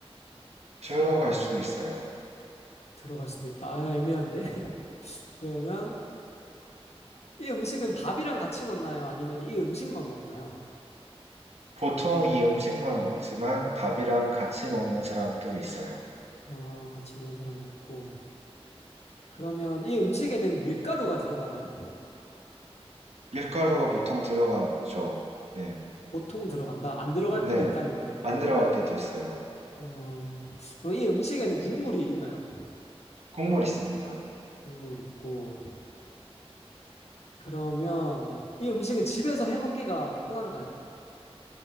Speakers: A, on the right (about 80°); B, on the left (about 80°).
A: 들어갈 수도 있어요.
B: 들어갈 수도 있다. 아, 애매한데. <laughs> 그러면 이 음식은 밥이랑 같이 먹나요? 아니면 이 음식만 먹나요?
A: 보통 이 음식만 먹지만 밥이랑 같이 먹는 사람도 있어요.
B: 어, 같이 먹는 사람도 있고. 그러면 이 음식에는 밀가루가 들어가나요?
A: 밀가루가 보통 들어가죠. 네.
B: 보통 들어간다. 안 들어갈
A: 네.
B: 때도 있다는 거네요.
A: 안 들어갈 때도 있어요.
B: 어, 그럼 이 음식에는 국물이 있나요?
A: 국물 있습니다.
B: 국물 있고. 그러면 이 음식은 집에서 해 먹기가 편한가요?